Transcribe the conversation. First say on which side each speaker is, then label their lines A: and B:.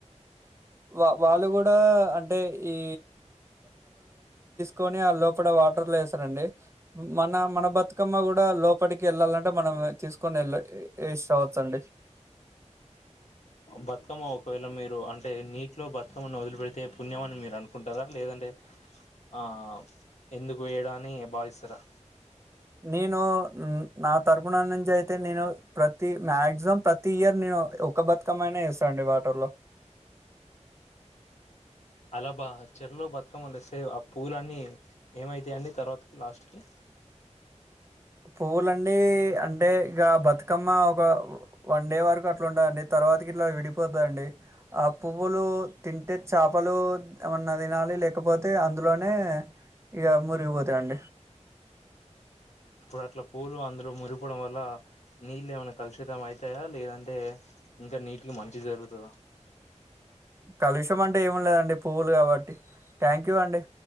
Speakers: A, on the right; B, on the left.
A: వా వాళ్ళు కూడా అంటే ఈ కోని ఆ లోపట వాటర్ లో ఏస్తారండి ఊ మన మన బతు క్కమ్మ కూడా లోపటికి వెళ్ళాలంటే మనం తీసుకొని వెళ్ళ ఏసి రావచ్చండి
B: బతుకమ్మ ఒకవేళ మీరు అంటే నీటిలో బతుకమ్మని వొదిలి పెడితే పుణ్యం అని మీరు అనుకుంటారా లేదంటే ఆ ఎందుకు వేయడం అని భావిస్తారా
A: నేను నా తరపున నుంచి అయితే నేను ప్రతి మాక్సిమం ప్రతీ ఇయర్ నేను ఒక్క బతుకమ్మనే ఏస్తా అండి వాటర్లో
B: టబా చెర్లో బతుకమ్మని తెస్తే ఆ పూలు అన్నీ ఏమైతాయండి తర్వాతకి లాస్ట్ కి
A: పువ్వులండి అంటే ఇక బతుకమ్మ ఒక వన్ డే వరకు అట్లా ఉండదండి తర్వాతకి ఇట్లా విడిపోతుదండి ఆ పువ్వులు తింటే చేపలు ఏమన్నా తినాలి లేకపోతే అందులోనే ఇగ మురిగిపోతాయండి
B: ఇప్పుడు అట్లా పూలు అందులో మురిగిపోవడం వల్ల నీళ్ళు ఏమైనా కలుషితం ఐతాయా లేదంటే ఇంకా నీటికి మంచి జరుగుతదా
A: కాలుషం అంటే ఏమున్నాయండి పువ్వులు కాబట్టి థ్యాంక్ యూ అండి